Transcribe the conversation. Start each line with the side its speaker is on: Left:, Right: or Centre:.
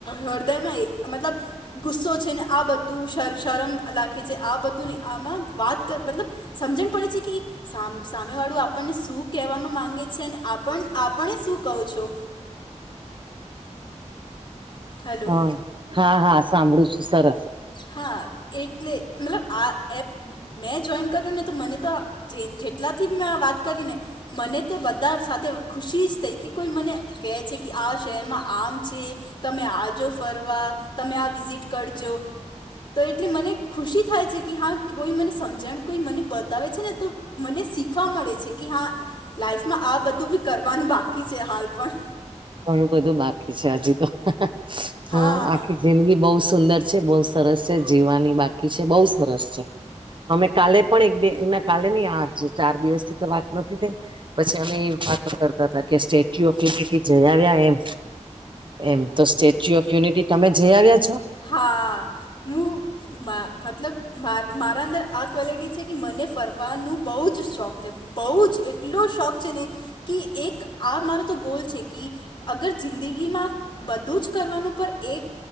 Left: હૃદયમાં મતલબ ગુસ્સો છે ને આ બધું શરમ લખે છે આ બધું આમાં વાત મતલબ સમજણ પડે છે કે સા સામે વાળું આપણને શું કહેવામાં માંગે છે અને આપ આપને શું કહો છો હેલો
Right: હ હા હા સાંભળું છું સરસ
Left: હા એટલે મતલબ આ એપ મેં જોઈન કર્યું ને તો મને તો જે જેટલાથી મેં આ વાત કરીને મને તો બધા ખુશી જ થઈ કે કોઈ મને કહે છે કે આ શહેરમાં આમ છે તમે આજો ફરવા તમે આ વિઝિટ કરજો તો એટલે મને ખુશી થાય છે કે હા કોઈ મને સમજણ કોઈ મને બતાવે છે ને તો મને શીખવા મળે છે કે હા લાાઈફમાં આ બધું બી કરવાનું બાકી છે હાલ પણ
Right: ઘણું બધું બાકી છે હજી તો હ
Left: હા
Right: આખી
Left: હા
Right: જિંદગી બહુ સુંદર છે બહ સરસ છે જીવવાની બાકી છે બહુ સરસ છે અમે કાલે પણ એક બે એના કાલે નહી આજ ચાર દિવસ થી તો વાત નથી થઈ પછી અમે એ વાત કરતા હતા કે સ્ટેચ્યુ ઓફ યુનિટી જઈ આવ્યા એમ એમ તો સ્ટેચ્યુ ઓફ યુનિટી તમે જઈ આવ્યા છો
Left: હા હું મા મતલબ માર મારા અંદર આ ક્વૉલિટી છે કે મને ફરવાનું બહુ જ શોખ છે. બહુ જ એટલો શોખ છે ને કે એક આ મારો તો ગોલ છે કી અગર જિંદગીમાં બધું જ કરવાનું પર એક